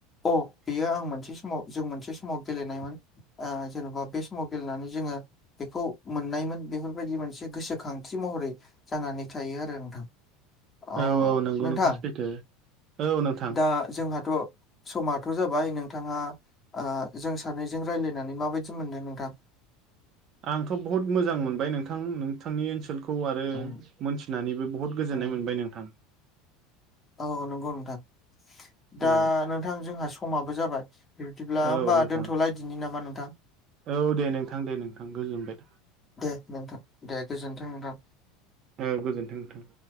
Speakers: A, on the left; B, on the right.
A: अ बेयो आं मोनसे समाव जों मोनसे समाव गेलेनायमोन ओ जेन'बा बे समाव गेलेनानै जोङो बेखौ मोननायमोन बेफोरबादि मोनसे गोसोखांथि महरै जानानै थायो आरो नोंथां अ
B: औ औ नंगौ
A: नोंथां
B: सैथो औ नोंथां
A: दा जोंहाथ' समाथ' जाबाय नोंथांहा ओ जों सानैजों रायज्लायनानै माबादि मोनदों नोंथां
B: आंथ' बहुत मोजां मोनबाय नोंथां नोंथांनि ओनसोलखौ आरो
A: उम
B: मोनथिनानैबो बहुत गोजोनाय
A: उम
B: मोनबाय नोंथां
A: औ नोंगौ नोंथां दा
B: औ
A: नोंथां जोंहा समाबो जाबाय बिबदिब्ला
B: औ
A: होमबा
B: नोंथां
A: दोनथ'लाायदिनि नामा नोंथां
B: औ दे नोंथां दे नोंथां गोजोनबाय
A: दे नोंथां दे गोजोनथों नोंथां
B: औ गोजोनथों नोंथां